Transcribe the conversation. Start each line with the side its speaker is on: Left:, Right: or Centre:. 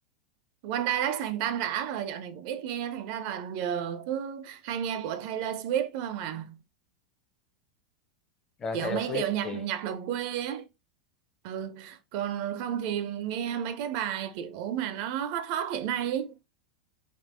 Right: One Direction tan rã rồi dạo này cũng ít nghe thành ra là giờ cứ hay nghe của Taylor Swift thôi không à
Left: Ờ,
Right: kiểu
Left: Taylor
Right: mấy
Left: Swift
Right: kiểu nhạc
Left: thì
Right: nhạc đồng quê á ừ còn không thì nghe mấy cái bài kiểu mà nó hot hot hiện nay ý.